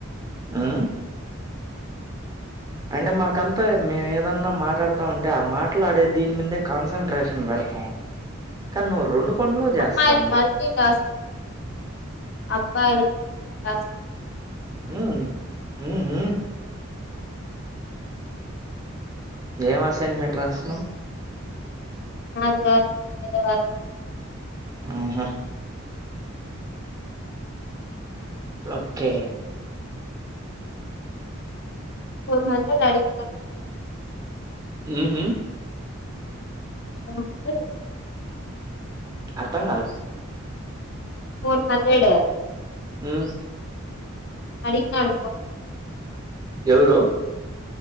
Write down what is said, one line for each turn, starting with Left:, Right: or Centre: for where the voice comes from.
Right: హు అంటే మాకంతా మేము ఏదన్నా మాట్లాడుతాంటే ఆ మాట్లాడే దీని మీదే కాన్సన్ట్రేషన్ పెడతాం కానీ నువ్వు రెండు పనులు చేస్తా
Left: అమ్మాయిలు
Right: ఉండవు
Left: మల్టీ టాస్క్ అబ్బాయి అ
Right: హు హు హు ఎమ్ అసైన్‌మెంట్మె రాస్తునవ్
Left: అనాది గారు ధన్యవాారు
Right: ఆహా ఓకే
Left: ఫోర్ హండ్రెడ్ అడిగిన్
Right: హు
Left: హండ్రెడ్
Right: అర్థం కాలే
Left: ఫోర్ హండ్రెడ్
Right: హు
Left: అడిగినాడు
Right: ఎవరు